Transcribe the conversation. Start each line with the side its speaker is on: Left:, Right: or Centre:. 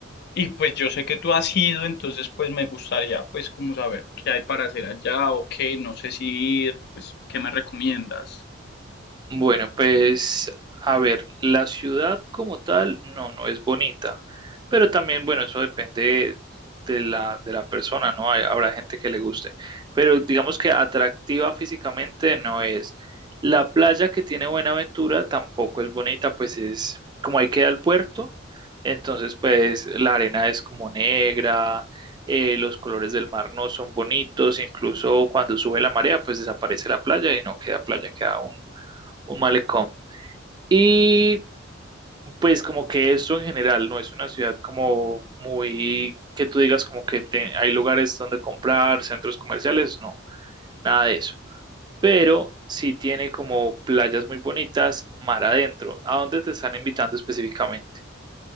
Left: Y pues yo sé que tú has ido, entonces pues me gustaría pues como saber qué hay para hacer allá o qué, no sé si ir, pues qué me recomiendas.
Right: Bueno, pues a ver, la ciudad como tal, no, no es bonita, pero también, bueno, eso depende de la, de la persona, ¿no? Hay- habrá gente que le guste, pero digamos que atractiva físicamente no es. La playa que tiene Buenaventura tampoco es bonita, pues es como ahí queda el puerto, entonces pues la arena es como negra, eh, los colores del mar no son bonitos, incluso cuando sube la marea, pues desaparece la playa y no queda playa, queda un un malecón. Y pues como que esto en general no es una ciudad como muy que tú digas como que te- hay lugares donde comprar, centros comerciales, no, nada de eso. Pero sí tiene como playas muy bonitas mar adentro. ¿A dónde te están invitando específicamente?